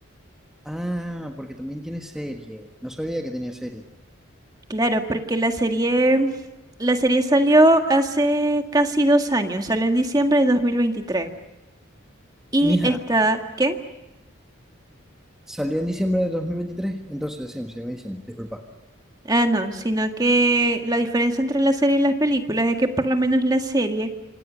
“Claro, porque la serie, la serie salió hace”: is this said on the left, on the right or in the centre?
Right